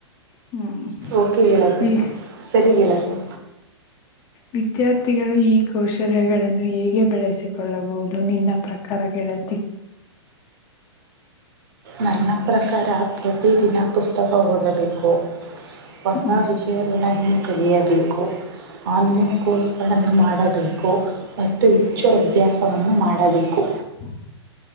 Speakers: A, on the left; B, on the right.
A: ಹ್ಮ್
B: ಓಕೆ ಗೆಳತಿ
A: ವಿ
B: ಸರಿ ಗೆಳತಿ
A: ವಿದ್ಯಾರ್ಥಿಗಳು ಈ ಕೌಶಲ್ಯಗಳನ್ನು ಹೇಗೆ ಬೆಳೆಸಿಕೊಳ್ಳಬಹುದು ನಿನ್ನ ಪ್ರಕಾರ. ಗೆಳತಿ
B: ನನ್ನ ಪ್ರಕಾರ ಪ್ರತಿದಿನ ಪುಸ್ತಕ ಓದಬೇಕು ಹೊಸ
A: ಹ್ಮ್
B: ವಿಷಯಗಳನ್ನ ಇನ್ನೂ ಕಲಿಯಬೇಕು ಆನ್ಲೈನ್ ಕೋರ್ಸ್ಗಳನ್ನು ಮಾಡಬೇಕು ಮತ್ತು ಹೆಚ್ಚು ಅಭ್ಯಾಸವನ್ನು ಮಾಡಬೇಕು
A: ಹ್ಮ <inaudible>